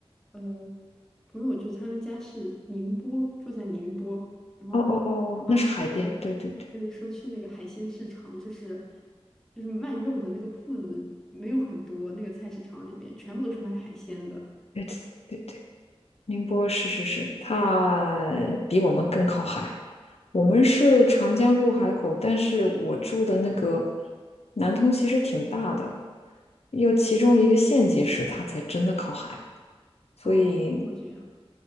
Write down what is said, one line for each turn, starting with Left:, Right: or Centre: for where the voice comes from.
Centre: 呃朋友，就是他们家是宁波，住在宁波，然后他妈妈说，
Left: 哦哦哦，那是海边，对对对
Centre: 对，说去那个海鲜市场，就是就是卖肉的那个铺子没有很多，那个菜市场里面全部都是卖海鲜的。
Left: 对对对对宁波是是是，它比我们更靠海。我们是长江入海口，但是我住的那个南通其实挺大的，要其中一个县级市，它才真的靠海。所以
Centre: 哦，哦，这样，